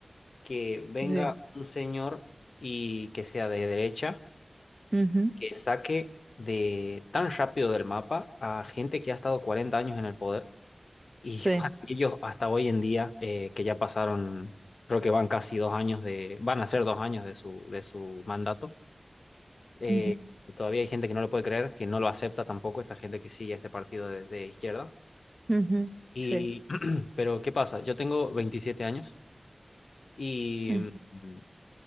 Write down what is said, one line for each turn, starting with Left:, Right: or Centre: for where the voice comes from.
Left: que venga
Right: Sí.
Left: un señor y que sea de derecha,
Right: Ujú,
Left: que saque de tan rápido del mapa a gente que ha estado 40 años en el poder y
Right: Sí.
Left: <laughs> para ellos hasta hoy en día eh, que ya pasaron, creo que van casi dos años de, van a ser dos años de su, de su mandato. eh,
Right: Ujú,
Left: Todavía hay gente que no lo puede creer, que no lo acepta tampoco, esta gente que sigue a este partido de de izquierda
Right: ujú,
Left: Y,
Right: Sí.
Left: <clears throat> pero, ¿qué pasa? Yo tengo 27 años y
Right: Mm,
Left: mm,